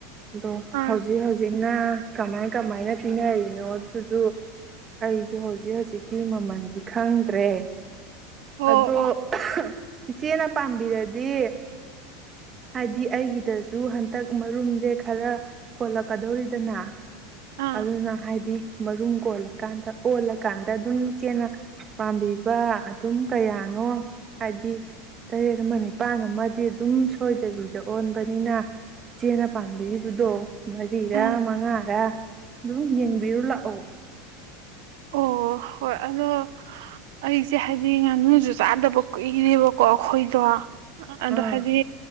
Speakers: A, on the right; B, on the right.
A: ꯑꯗꯣ
B: ꯑꯥ
A: ꯍꯧꯖꯤꯛ ꯍꯧꯖꯤꯛꯅ ꯀꯃꯥꯏ ꯀꯃꯥꯏꯅ ꯄꯤꯅꯔꯤꯅꯣ ꯑꯗꯨꯁꯨ ꯑꯩꯁꯨ ꯍꯧꯖꯤꯛ ꯍꯧꯖꯤꯛꯀꯤ ꯃꯃꯜꯗꯤ ꯈꯪꯗ꯭ꯔꯦ
B: ꯑꯣ
A: ꯑꯗꯣ
B: ꯑꯣ
A: ꯏꯆꯦꯅ ꯄꯥꯝꯕꯤꯔꯗꯤ ꯍꯥꯏꯗꯤ ꯑꯩꯒꯤꯗꯁꯨ ꯍꯟꯇꯛ ꯃꯔꯨꯝꯁꯦ ꯈꯔ ꯀꯣꯜꯂꯛꯀꯗꯧꯔꯤꯗꯅ
B: ꯑꯥ
A: ꯑꯗꯨꯅ ꯍꯥꯏꯗꯤ ꯃꯔꯨꯝ ꯀꯣꯜꯂꯀꯥꯟꯗ ꯑꯣꯜꯂꯀꯥꯟꯗ ꯑꯗꯨꯝ ꯏꯆꯦꯅ ꯄꯥꯝꯕꯤꯕ ꯑꯗꯨꯝ ꯀꯌꯥꯅꯣ ꯍꯥꯏꯗꯤ ꯇꯔꯦꯠ ꯑꯃ ꯅꯤꯄꯥꯟ ꯑꯃꯗꯤ ꯑꯗꯨꯝ ꯁꯣꯏ <unintelligible> ꯑꯣꯟꯕꯅꯤꯅ ꯆꯦꯅ ꯄꯥꯝꯕꯤꯔꯤꯕꯗꯣ ꯃꯔꯤꯔꯥ
B: ꯑꯥ
A: ꯃꯉꯥꯔꯥ ꯑꯗꯨꯝ ꯌꯦꯡꯕꯤꯔꯨ ꯂꯥꯛꯑꯣ
B: ꯑꯣ ꯍꯣꯏ ꯑꯗꯣ ꯑꯩꯁꯦ ꯍꯥꯏꯗꯤ ꯉꯥꯅꯨꯁꯨ ꯆꯥꯗꯕ ꯀꯨꯏꯔꯦꯕꯀꯣ ꯑꯩꯈꯣꯏꯗꯣ ꯑꯗꯣ
A: ꯑꯥ
B: ꯍꯥꯏꯗꯤ